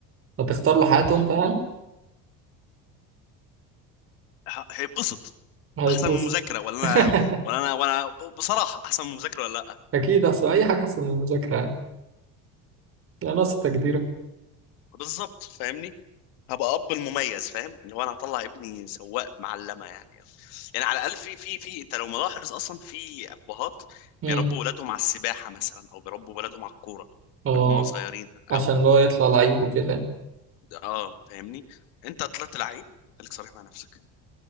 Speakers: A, on the right (about 40°); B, on the left (about 85°).
A: هتختار له حياته انت يعني
B: ه- هيتبسط
A: هيتبسط
B: احسن من المذاكرة ولا انا
A: <laughs>
B: ولا انا ولا بصراحة احسن من المذاكرة ولا لا
A: أكيد أحسن أي حاجة أحسن من المذاكرة يعني يعني ناقص تقديرك
B: بالظبط فاهمني هبقى اب المميز فاهم اللي هو انا هطلع ابني سواق معلمه يعني يعني على الاقل في في في انت لو ملاحظ اصلا في ابهات
A: أمم
B: بيربوا ولادهم على السباحه مثلا او بيربوا ولادهم على الكوره
A: أه
B: من هم صغيرين
A: عشان
B: قوي
A: اللي هو يطلع لعيب وكده يعني.
B: اه فاهمني انت طلعت لعيب خليك صريح مع نفسك